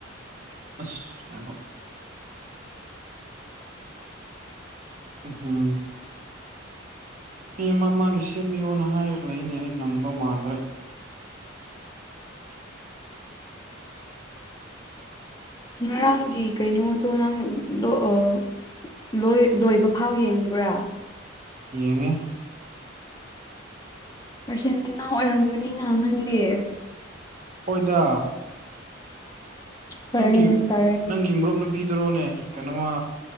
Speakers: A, on the right (about 40°); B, on the left (about 20°).
A: ꯑꯁ ꯉꯥꯏꯈꯣ ꯎꯝ ꯃꯤ ꯑꯃ ꯃꯥꯒꯤ ꯁꯦꯝꯕꯤꯌꯣꯅ ꯍꯥꯏꯔꯒ ꯂꯩꯏꯅꯦ ꯑꯩ ꯅꯪꯗꯧ ꯃꯥꯟꯗ꯭ꯔꯦ
B: ꯉꯔꯥꯡꯒꯤ ꯀꯩꯅꯣꯗꯣ ꯅꯪ ꯂꯣꯑ ꯂꯣꯏ ꯂꯣꯏꯕ ꯐꯥꯎ ꯌꯦꯡꯕ꯭ꯔꯥ
A: ꯌꯦꯡꯉꯦ
B: ꯑꯔꯖꯦꯟꯇꯤꯅꯥ ꯑꯣꯏꯔꯝꯒꯅꯤꯅ ꯅꯪꯗꯤ
A: ꯑꯣꯏꯗ
B: ꯐꯔꯦꯅꯦ
A: ꯅꯪꯒꯤ
B: ꯐꯔꯦꯅꯦ
A: ꯅꯪꯒꯤ ꯃ꯭ꯔꯨꯞꯅ ꯄꯤꯗꯔꯣꯅꯦ ꯀꯩꯅꯣꯃ